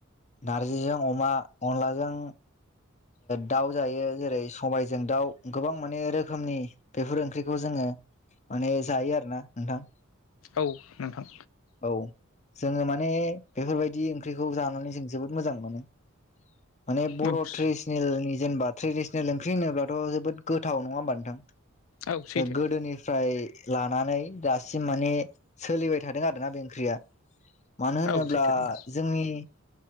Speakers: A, on the left (about 35°); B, on the left (about 75°).
A: नारजिजों अमा अनलाजों दाउ जायो जेरै सबायजों दाउ गोबां माने रोखोमनि बेफोर ओंख्रिखौ जोङो माने जायो आरो ना नोंथां।
B: औ नोंथां।
A: औ जोङो माने बेफोरबायदि ओंख्रिखौ जानानै जों जोबोद मोजां मोनो। माने बर'
B: उप्स
A: फोरनि जेनबा ट्रेडसनेल ओंख्रि होनोबाथ' जोबो गोथाव नङा होमबा नोंथां?
B: औ सैथो
A: गोदोनिफ्राय लानानै दासिम माने सोलिबाय थादों आरोना बे ओंख्रिया। मानो होनोब्ला
B: औ सैथो नोंथां
A: जोंनि